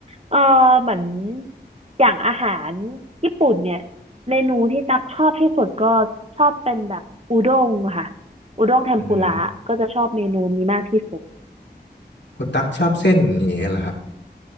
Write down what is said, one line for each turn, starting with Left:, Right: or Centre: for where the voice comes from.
Right: เออเหมือนอย่างอาหารญี่ปุ่นเนี่ยเมนูที่ตั๊กชอบที่สุดก็ชอบเป็นแบบอุด้งค่ะอุด้งเทมปุระก็จะชอบเมนูนี้มากที่สุด
Left: อืมคุณตั๊กชอบเส้นอย่างนี้เหรอครับ